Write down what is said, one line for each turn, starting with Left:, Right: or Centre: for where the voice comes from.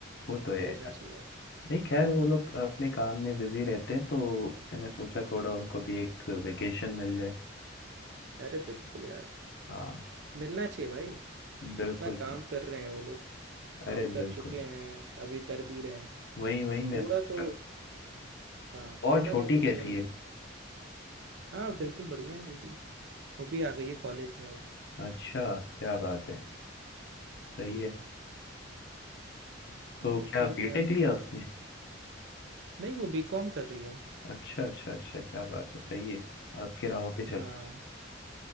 Left: वो तो है
Right: भेजना
Left: यार।
Right: चाहिए यार
Left: नहीं खैर वो लोग अपने काम में बिजी रहते हैं तो मैंने सोचा थोड़ा उनको भी एक वेकेशन मिल जाए
Right: अरे बिल्कुल यार
Left: हाँ
Right: मिलना चाहिए भाई
Left: बिल्कुल
Right: इतना काम कर रहे हैं वो लोग
Left: अरे
Right: काम
Left: बिल्कुल
Right: कर चुके हैं अभी कर भी रहे हैं
Left: वही वही मैं
Right: थोड़ा
Left: सोच
Right: तो
Left: रहा
Right: हाँ
Left: और
Right: थोड़ा
Left: छोटी
Right: तो कम
Left: कैसी
Right: से कम
Left: है
Right: हाँ बिल्कुल बढ़िया है वो भी वो भी आ गई है कॉलेज में अब
Left: अच्छा क्या बात है सही
Right: हम्म
Left: है तो
Right: नहीं
Left: क्या
Right: ठीक
Left: बीटेक
Right: है अब
Left: लिया उसने
Right: नहीं वो बीकॉम कर रही है
Left: अच्छा अच्छा अच्छा क्या बात है सही है आपके राहों पे चलती
Right: हाँ